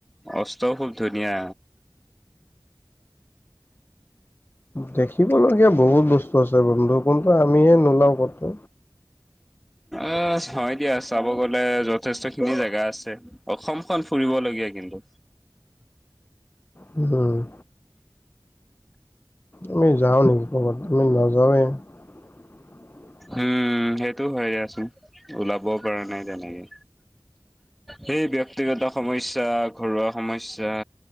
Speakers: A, in the centre; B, on the left (about 25°).
A: অস্ত খুব ধুনীয়া।
B: দেখিবলগীয়া বহুত বস্তু আছে বন্ধু কোনটো আমিহে নোলাও ক'তো।
A: অ', হয় দিয়া চাব গলে যথেষ্ট খিনি জেগা আছে অসমখন ফুৰিবলগীয়া কিন্তু।
B: উম, আমি যাওঁ নেকি ক'ৰবাত আমি নাযাওঁৱে। <inaudible>
A: উম, সেইটোও হয় দিয়াছোন ওলাবও পৰা নাই তেনেকে, সেই ব্যক্তিগত সমস্যা, ঘৰুৱা সমস্যা।